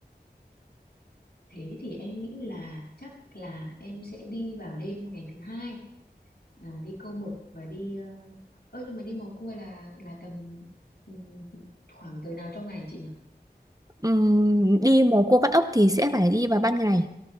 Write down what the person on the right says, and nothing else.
Ừm, đi mò cua bắt ốc thì sẽ phải đi vào ban ngày,